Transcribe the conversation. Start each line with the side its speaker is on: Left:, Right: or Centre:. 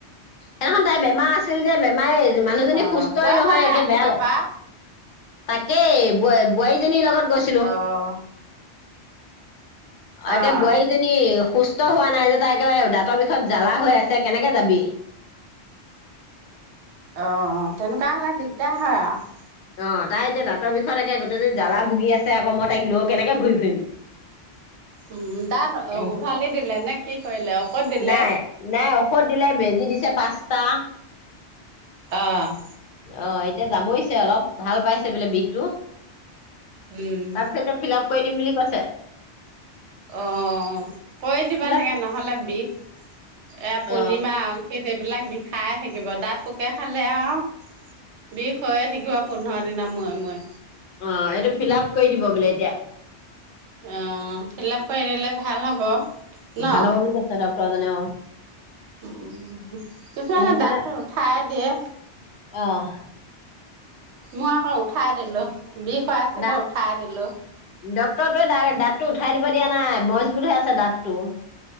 Left: সেইনাখন তাই বেমাৰ আছিল যে বেমাৰ মানুহজনী
Right: অ
Left: সুস্থই
Right: যোৱা
Left: নহয়
Right: বাৰতে
Left: এতিয়া
Right: আনিব
Left: বেয়া লাগে।
Right: পাৰা
Left: তাকেই ব বোৱাৰীজনীৰ লগত গৈছ
Right: অ'। অ',
Left: এতিয়া বোৱাৰীজনী সুস্থ হোৱা নাই যে, তাই একেবাৰে দাঁতৰ বিষত জ্বালা হৈ আছে কেনেকে যাবি?
Right: অঁ তেনেকুৱা হ'লে দিগদাৰ হয় আৰু।
Left: অ' তাই এতিয়া দাঁতৰ বিষত একে গোটেই দিন জ্বালা ভুগি আছে আকৌ, মই তাইক লৈ কেনেকে ঘূৰি ফুৰিম।
Right: উম, দাত
Left: এ
Right: উভালি দিলে নে কি কৰিলে? ঔষধ দিলে?
Left: নাই, নাই ঔষধ দিলে বেজি দিছে পাঁচটা।
Right: অ'।
Left: অ' এতিয়া যামৰিছে অলপ, ভাল পাইছে বোলে বিষটো।
Right: উম,
Left: তাৰপিছত এতিয়া ফিলাপ কৰি দিম বুলি কৈছে।
Right: অঁ কৰি দিবা
Left: ফিল আপ
Right: লাগে, নহ'লে বিষ এইয়া পূৰ্ণিমা
Left: অ
Right: আ'ও সিত এইবিলাক বিষাই থাকিব। দাঁত পোকে খালে আৰু বিষ হৈয়ে থাকিবা পোন্ধৰ দিনৰ মূৰে মূৰে।
Left: অ' এইটো ফিলাপ কৰি দিব বোলে এতিয়া।
Right: অ' ফিলাপ কৰি দিলে ভাল হ'ব। ন
Left: ভাল হ'ব বুলি কৈছে ডক্তৰ জনে অ'।
Right: উ কিছুমানে
Left: সেইকাৰণে
Right: দাঁতটো উঠাই দিয়ে।
Left: অ'।
Right: মই আকৌ উঠাই দিলো, বিষ হৈ আছিলে
Left: দা
Right: উঠাই দিলো।
Left: ডক্তৰটোৱে দাঁতটো উঠাই দিব দিয়া নাই মজবুত হৈ আছে দাঁতটো।